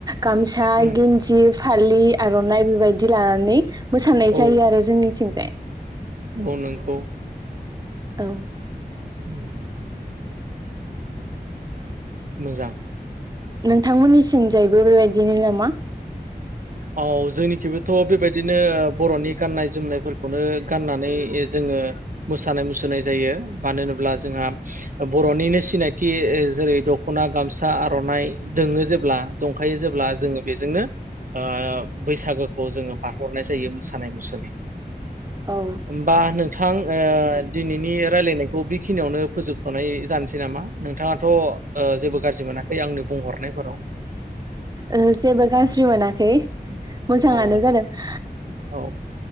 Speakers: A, on the right; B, on the right.
A: गामसा
B: उम
A: गेनजि फालि आर'नाइ बेबायदि लानानै मोसानाय
B: औ
A: जायो आरो जोंनिथिंजाय।
B: औ नोंखौ
A: औ
B: <inaudible> मोजां
A: नोंथांमोननि थिंजायबो बेबायदिनो नामा?
B: औ जोंनिखैबोथ' बेबायदिनो बर'नि गाननाय जोमनायफोरखौनो गाननानै जोङो मोसानाय मुसुरनाय जायो मानो होनोब्ला जोंहा बर'निनो सिनायथि जेरै दख'ना गामसा आर'नाइ दङो जेब्ला दंखायो जेब्ला जोङो बेजोंनो ओ बैसागोखौ जोङो बारहो हरनाय जायो मोसानाय मुसुरनाय।
A: औ
B: होमबा नोंथां ओ दिनैनि रायलायनायखौ बेखिनियावनो फोजोबथ'नाय जानोसै नामा नोंथाङाथ' जेबो गाज्रि मोनाखै आंनो बुंहरनायफोराव?
A: ओहो जेबो गाज्रि मोनाखै। मोजाङानो
B: औ
A: जादों <inaudible>
B: औ